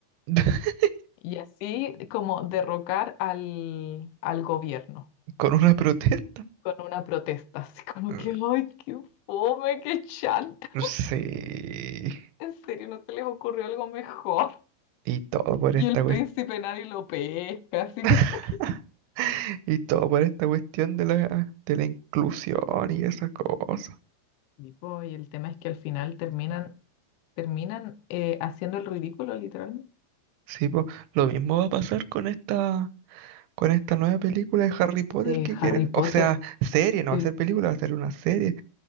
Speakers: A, on the right; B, on the left.
A: <laughs>
B: y así como derrocar al, al gobierno
A: Con una protesta.
B: con una protesta, así como
A: Mm,
B: que, ay, qué fome, qué chanta,
A: Sí.
B: en serio, no se les ocurrió algo mejor.
A: Y todo por
B: Y
A: esta
B: el príncipe
A: cuestión.
B: nadie lo pesca, así
A: <laughs>
B: como que...
A: Y todo por esta cuestión de la, de la inclusión y esas cosas.
B: Y, po, y el tema es que al final terminan, terminan eh, haciendo el ridículo, literalmente,
A: Sí, pues, lo mismo va a pasar con esta. con esta nueva película de Harry Potter
B: de
A: que quieren.
B: Harry Potter.
A: O sea, serie, no
B: Sí,
A: va a ser película, va a ser una serie